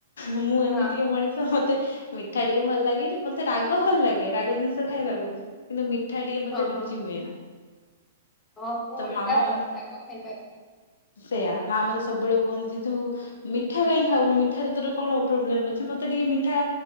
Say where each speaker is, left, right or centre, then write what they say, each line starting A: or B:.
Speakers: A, on the left; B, on the left.
A: ମୁଁ ଏମିତିକା
B: ହଁ ହଁ
A: ମଣିଷ ମତେ ମିଠା ଟିକେ ଭଲ ଲାଗେନି ମତେ ରାଗ ଭଲ ଲାଗେ ରାଗ ଜିନିଷ ଖାଇବାକୁ କିନ୍ତୁ ମି ଠା ଟିକେ
B: ହଁ
A: ମତେ ରୁଚି
B: ହଁ
A: ହୁଏନା।
B: ହଁ ମୁଁ
A: ତ
B: ଓଲଟା
A: ମାମ
B: ଆଉ
A: ମ
B: ରାଗ ଖାଇପାରେନି
A: ସେଇୟା ମାମ ତ ସବୁବେଳେ କୁହନ୍ତି ତୁ ମି ମିଠା କାଇଁ ଖାଉନୁ ମିଠାରେ ତୋର କଣ ପ୍ରୋବ୍ଲେମ ଅଛି ମତେ ଟିକେ ମିଠା